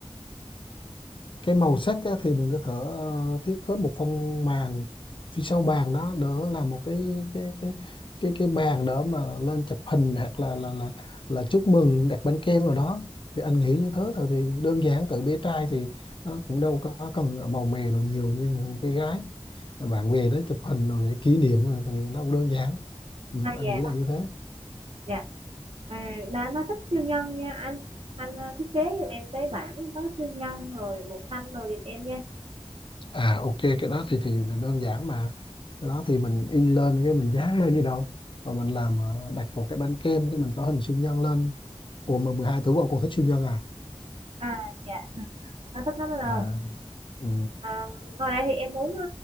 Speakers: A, on the left; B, on the right.
A: cái màu sắc á, thì mình có thể ờ, thiết kế một phong màn phía sau bàn đó đỡ làm một cái cái cái cái cái bàn đỡ mà lên chụp hình hoặc là là là là chúc mừng đặt bánh kem rồi đó thì anh nghĩ như thế thôi thì đơn giản tự bé trai thì nó cũng đâu có cần màu mè nào nhiều như những cái gái bạn về đó chụp hình rồi để kỷ niệm rồi thì nó cũng đơn giản ừ,
B: à
A: anh
B: dạ
A: nghĩ là
B: đó
A: như thế
B: dạ à, nó nó thích siêu nhân nha anh anh ờ, thiết kế giùm em cái bảng có siêu nhân rồi màu xanh rồi giùm em nha
A: À ok cái đó thì thì đơn giản mà cái đó thì mình in lên cái mình dán lên như đâu mà mình làm ờ, đặt một cái bánh kem cái mình có hình siêu nhân lên Ủa mà 12 tuổi qua con thích siêu nhân à
B: à dạ nó thích lắm anh
A: à,
B: ơi
A: ừ,
B: à, ngoài ra thì em muốn ờ,